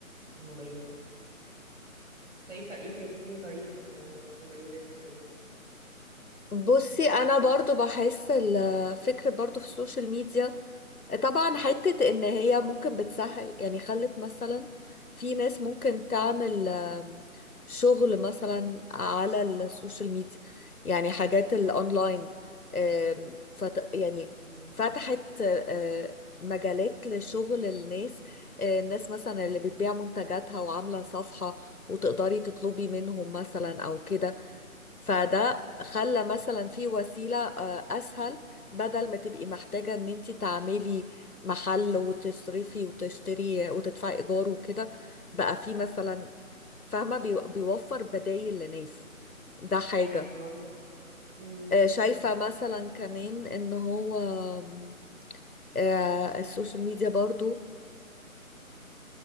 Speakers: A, on the right; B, on the left.
A: المميزات شايفة إيه تاني طيب آه، مميزات كمان
B: بصي انا برضو بحس الفكر برضو في السوشيال ميديا طبعا حتة ان هي ممكن بتسهل يعني خلت مثلا في ناس ممكن تعمل آم، شغل مثلا على السوشيال ميديا يعني حاجات الاونلاين آم، فت يعني
A: مم.
B: فتحت آه، مجالات لشغل الناس آه، الناس مثلا اللي بتبيع منتجاتها وعاملة صفحة وتقدري تطلبي منهم مثلا او كده فده خلى مثلا في وسيلة آه، أسهل بدل ما تبقي محتاجة إن أنت تعملي محل وتصرفي وتشتري وتدفعي إيجار وكده بقى في مثلا فاهمة بي- بيوفر بدايل لناس ده حاجة
A: أيوه عندك حق مم.
B: آه، شايفة مثلا كمان إن هو آم، آه، السوشيال ميديا برضو